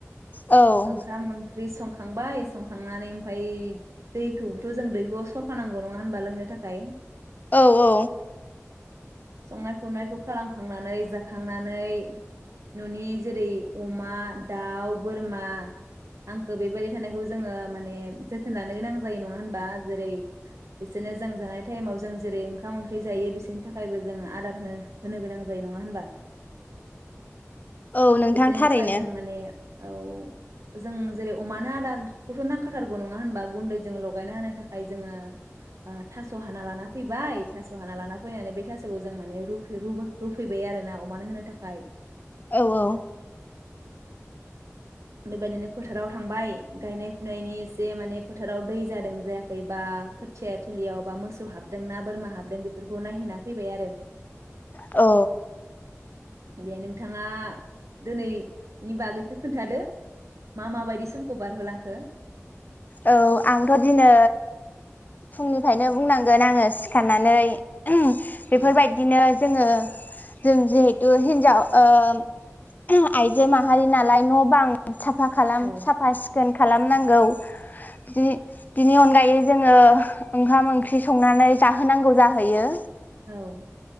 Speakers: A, on the left (about 35°); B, on the right (about 75°).
A: औ
B: ओंखाम ओंख्रि संखांबाय संख ओमफाय दैखौबोथ' जों दैहुआव सरखानांगौ नङा होन बा लोंनो थाखाय।
A: औ औ
B: संनाय खुरनायखौ खालामखांनानै जाखांनानै न'नि जेरै अमा, दाउ, बोरमा आंखो बेबादि <unintelligible> जोङो माने जोथोन लानो गोनां जायो नङा होनबा जेरै- बिसोरनो जों जानाय थाइमाव जों जेरै- ओंखाम ओंख्रि जायो बिसोरनि थाखायबो जोङो आदारहो होनो गोनां जायो नङा होनबा
A: औ नोंथां
B: बिसोरनि
A: थारैनो
B: थाखाय जों माने औ जों जेरै- अमानो आदार खौथ' नांखाथारगौ नङा होनबा गुन्दै जों लगायना होनो थाखाय जोङो ओ थास' हाना लाना फैबाय थास' हाना लाना फैनानै बे थास'खौ जों माने रुफ रुबा रुफैबाय आरो ना अमानो होनो थाखाय
A: औ औ
B: बेबायदिनो फोथाराव थांबाय गायनाय फुनायनि एसे माने फोथाराव दै जादों जायाखै बा खोथिया थिलियाव बा मोसौ हाबदों ना बोरमा हाबदों बेफोरखौ नायहोना फैबाय आरो
A: औ
B: दे नोंथाङा दिनैनि बागैखौ खोन्थादो मा माबायदि समखौ बारहोलांखो?
A: औ आंथ' दिनै फुंनिफ्रायनो बुंनांगोन आङो सिखारनानै <unintelligible> बेफोरबायदिनो
B: औ
A: जोङो जों जिहेथु हिनजाव ओ आइजो माहारि नालाय न' बां साफा खालाम
B: औ
A: साफा सिखोन खालामनांगौ जि बिनि अनगायै जोङो ओंखाम ओंख्रि संनानै जाहोनांगौ जाहैयो।
B: औ